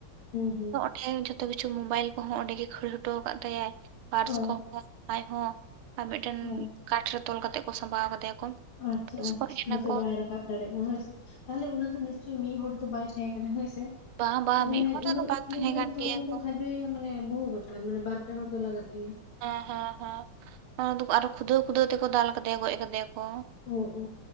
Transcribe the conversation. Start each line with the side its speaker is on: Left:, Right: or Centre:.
Left: ᱦᱩᱸ ᱦᱩᱸ
Right: ᱠᱷᱟᱭᱨ ᱡᱚᱛᱚ ᱠᱤᱪᱷᱩ ᱢᱚᱵᱟᱭᱤᱞ ᱠᱚᱦᱚᱸ ᱚᱸᱰᱮ ᱜᱮ ᱠᱷᱟᱹᱲ ᱦᱚᱴᱚ ᱟᱠᱟᱫ ᱛᱟᱭᱟᱭ ᱯᱟᱨᱥ
Left: ᱚ
Right: ᱠᱚᱦᱚᱸ ᱟᱡ ᱦᱚᱸ ᱟᱨ ᱢᱤᱫᱴᱮᱱ
Left: ᱚ
Right: ᱠᱟᱴ ᱨᱮ ᱛᱚᱞ ᱠᱟᱛᱮᱜ ᱠᱚ ᱥᱟᱢᱵᱟᱣ ᱠᱟᱫᱮᱭᱟ ᱠᱚ
Left: ᱟᱪᱪᱷᱟ
Right: ᱯᱩᱞᱤᱥ
Left: ᱟᱪᱪᱷᱟ
Right: ᱠᱚ ᱦᱮᱡ ᱱᱟᱠᱚ
Left: ᱡᱟᱛᱮ ᱵᱟᱭ ᱨᱟᱠᱟᱵ ᱫᱟᱲᱮᱭᱟᱜ ᱢᱟ ᱦᱚᱭ ᱥᱮ ᱛᱟᱦᱚᱞᱮ ᱚᱱᱟ ᱫᱚ ᱱᱤᱥᱪᱚᱭ ᱢᱤᱫ ᱦᱚᱲ ᱫᱚ ᱵᱟᱭ ᱛᱟᱦᱮᱸ ᱠᱟᱱᱟ ᱦᱚᱭ ᱥᱮ
Right: ᱵᱟᱝ ᱵᱟᱝ
Left: ᱡᱮᱡᱚᱱᱮᱢ
Right: ᱢᱤᱫ
Left: ᱢᱮᱱ
Right: ᱦᱚᱲ ᱨᱮᱫᱚ
Left: ᱩᱱᱟᱹᱜ
Right: ᱵᱟᱝ
Left: ᱠᱩᱲᱤ
Right: ᱛᱟᱦᱮᱸ
Left: ᱜᱤᱫᱽᱨᱟᱹᱢ
Right: ᱠᱟᱱ
Left: ᱛᱚᱞ
Right: ᱜᱮᱭᱟ
Left: ᱜᱮᱠᱚ
Right: ᱠᱚ
Left: ᱠᱷᱟᱱ ᱦᱚᱭ ᱢᱟᱱᱮ ᱵᱚᱦᱩ ᱵᱮᱯᱟᱨ ᱢᱟᱱᱮ ᱵᱟᱨ ᱯᱮ ᱦᱚᱲ ᱫᱚ ᱞᱟᱜᱟᱜ ᱜᱮᱭᱟ᱾
Right: ᱦᱮᱸ ᱦᱮᱸ ᱦᱮᱸ ᱟᱫᱚ ᱠᱚ ᱟᱨᱚ ᱠᱷᱩᱫᱟᱹᱣ ᱠᱷᱩᱫᱟᱹᱣ ᱛᱮᱠᱚ ᱫᱟᱞ ᱠᱟᱫᱮᱭᱟ ᱜᱚᱡ ᱠᱟᱫᱮᱭᱟ ᱠᱚ᱾
Left: ᱚ-ᱚ-ᱚ